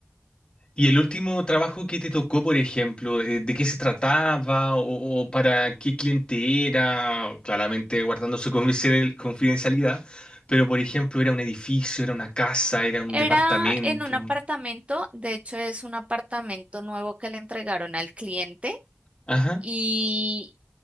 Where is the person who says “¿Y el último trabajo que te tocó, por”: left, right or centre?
Left